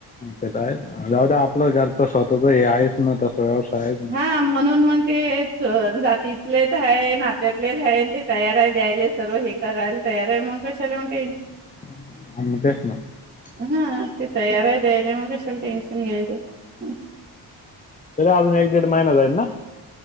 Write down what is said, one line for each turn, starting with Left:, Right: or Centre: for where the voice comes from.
Left: ते तर आहेच जाऊदे आपलं घरचं स्वतःच हे आहेच ना. व्यवसाय आहेच ना
Right: हा म्हणून मग ते तिथलेच आहे नात्यातलेच आहे. ते तयार आहे द्यायले सर्व हे करायला तयार आहे. मग कशाला म्हणते
Left: <inaudible>
Right: हा ते तयार आहे द्यायने मग कशाला टेन्शन घ्यायचं
Left: तरी अजून एक दीड महिना जाईल ना